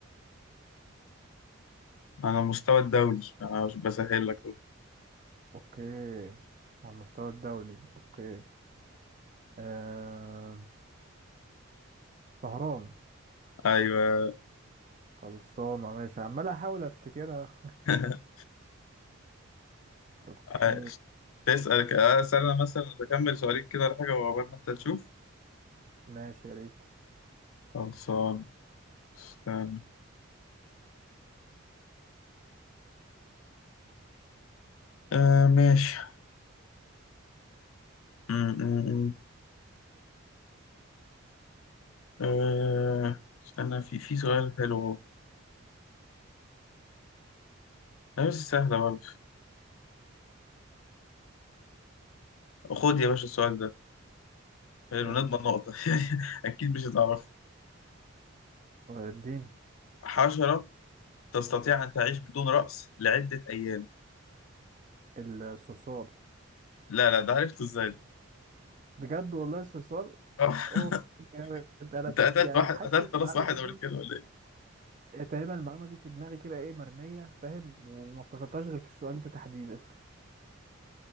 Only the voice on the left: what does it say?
على المستوى الدولي انا مش بسهل لك اهو
ايوه
<laughs>
عايش. تسألك اسأل انا مثلا اكمل سؤالين كده ولا حاجة وعقبال ما انت تشوف
خلصان استنى آه ماشي م- م- م. آه استنى في في سؤال حلو اهو لا، بس سهلة برضه خد يا باشا السؤال ده حلو
نضمن نقطة <laughs> أكيد مش هتعرف
حشرة تستطيع أن تعيش بدون رأس لعدة أيام
لا لا ده عرفته إزاي ده؟
آه.
<laughs>
أنت
قتلت
واحد
قتلت
راس واحد
قبل كده ولا إيه؟